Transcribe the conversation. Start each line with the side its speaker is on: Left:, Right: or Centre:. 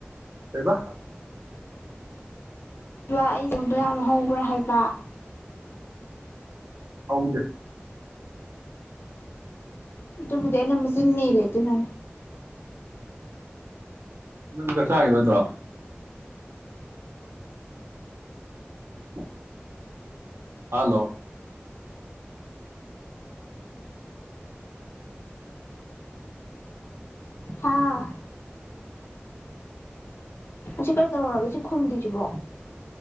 Right: ꯑꯣꯏꯣꯏꯕ
Left: ꯑꯩꯉꯣꯟꯗꯣ ꯌꯥꯝ ꯍꯧꯕ꯭ꯔꯥ ꯍꯥꯏꯕ
Right: ꯍꯥꯎꯗ
Left: ꯑꯗꯨꯕꯨꯗ ꯅ ꯃ ꯁꯤꯃꯤ ꯏ ꯂꯩꯦ ꯑꯗꯨ ꯅ
Right: ꯅꯪ ꯆꯔ ꯆꯒꯤꯔꯣꯠꯇ꯭ꯔ <inaudible> ꯍꯂꯣ
Left: ꯍꯥꯥ ꯁꯤ ꯀꯔꯤ ꯇꯧꯔꯒꯦ ꯁꯤ ꯈꯨꯝꯗꯣꯏꯁꯤꯕꯣ